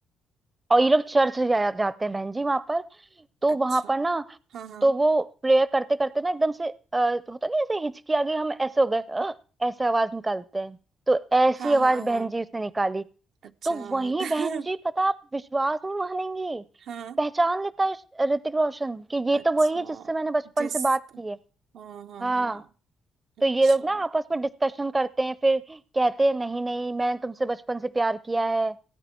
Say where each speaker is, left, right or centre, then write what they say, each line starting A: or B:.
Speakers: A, on the right (about 20°); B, on the right (about 70°).
A: और ये लोग चर्च जा, जाते हैं बहन जी वहां पर तो
B: अच्छा
A: वहां पर ना
B: हाँ हाँ
A: तो वो प्रेयर करते करते ना एकदम से अ, होता नहीं ऐसे हिचकी आ गई हम ऐसे हो गए "अ", ऐसे आवाज निकालते हैं तो ऐसी
B: हाँ
A: आवाज
B: हाँ हाँ
A: बहन जी उसने निकाली
B: अच्छा
A: तो वही
B: <laughs>
A: बहन जी पता आप विश्वास नहीं मानेंगी
B: हाँ
A: पहचान लेता है ऋतिक रोशन कि ये
B: अच्छा
A: तो वही है जिससे मैंने बचपन
B: जिस
A: से बात की है
B: हाँ हाँ
A: हाँ
B: हाँ अच्छा
A: तो ये लोग ना आपस में डिस्कशन करते हैं फिर कहते हैं नहीं नहीं मैंने तुमसे बचपन से प्यार किया है